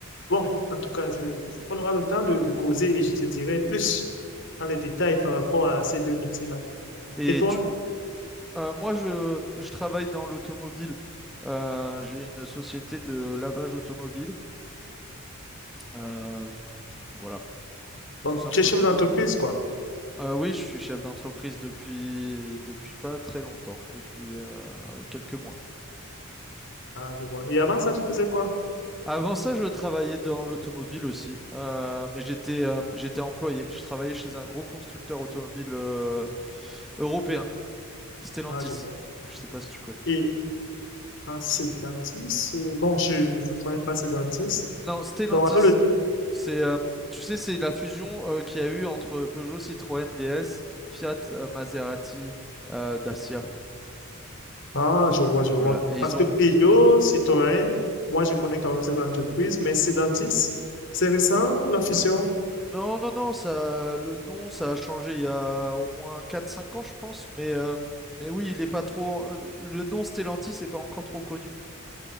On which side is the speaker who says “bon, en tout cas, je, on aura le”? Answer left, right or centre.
Left